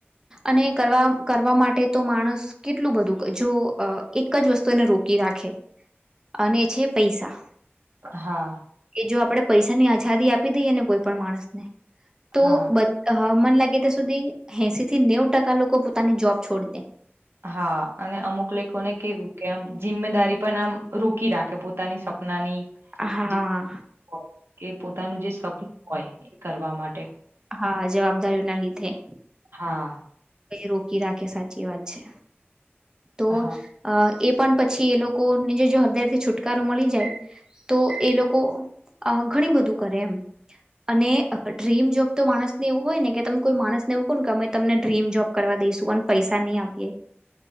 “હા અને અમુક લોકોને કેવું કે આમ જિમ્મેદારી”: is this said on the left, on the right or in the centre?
Right